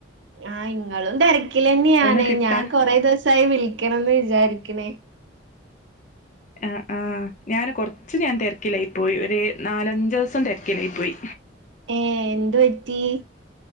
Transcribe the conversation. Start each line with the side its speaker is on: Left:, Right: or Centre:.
Right: ആ ഇങ്ങളും തിരക്കിലന്നെയാണ്
Left: ഒന്ന് കിട്ടാ
Right: ഞാൻ കൊറെ ദിവസ സായി വിളിക്കണം എന്ന് വിചാരിക്കണേ.
Left: ആ ആഹ ഞാന് കൊറച്ച് ഞാൻ തിരക്കിലായി പോയി. ഒരു നാലഞ്ച് ദിവസം തിരക്കിലായി പോയി.
Right: ഏ എന്തു പറ്റി.